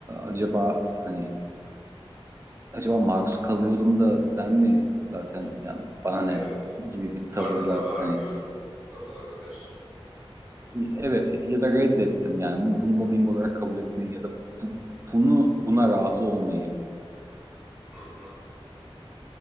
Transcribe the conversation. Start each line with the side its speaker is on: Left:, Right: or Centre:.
Right: acaba hani acaba maruz kalıyordum da ben mi zaten yani bana ne
Centre: Evet,
Right: gibi bir tavırla
Centre: farkına varmıyorum
Right: hani
Centre: da olabilir.
Right: evet ya, ya da reddettim yani bu- bunu mobbing olarak kabul etmeyi ya da bu- bunu buna razı olmayı
Centre: Hı hı.